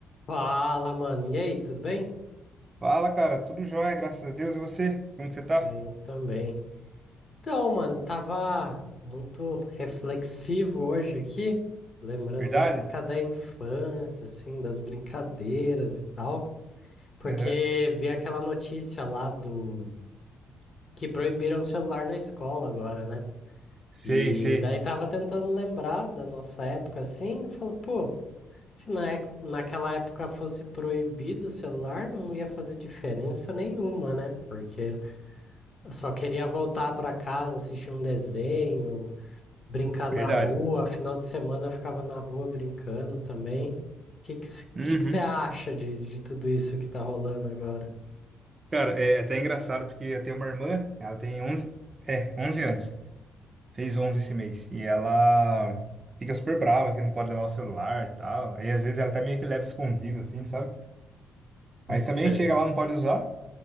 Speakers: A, on the left; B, on the right.
A: Fala, mano. E aí, tudo bem?
B: Fala, cara. Tudo jóia, graças a Deus. E você? Como que você tá?
A: Bem também. Então, mano, tava muito reflexivo hoje aqui, lembrando
B: Verdade?
A: da época da infância, assim, das brincadeiras e tal, porque
B: Aham.
A: vi aquela notícia lá do que proibiram o celular na escola agora, né?
B: Sei,
A: E
B: sei.
A: daí tava tentando lembrar da nossa época assim, eu falo, pô, se na, ec- naquela época fosse proibido o celular, não ia fazer diferença nenhuma, né? Porque Eu só queria voltar para casa, assistir um desenho, brincar
B: Verdade.
A: na rua. Final de semana eu ficava na rua brincando também. O que que c-
B: Uhum.
A: que que você acha de, de tudo isso que tá rolando agora?
B: Cara, é é até engraçado porque eu tenho uma irmã, ela tem onze é, onze anos. Fez 11 esse mês. E ela fica super brava que não pode levar o celular e tal. E às vezes ela até meio que leva escondido, assim, sabe? Mas também
A: Sei,
B: chega lá, não pode usar.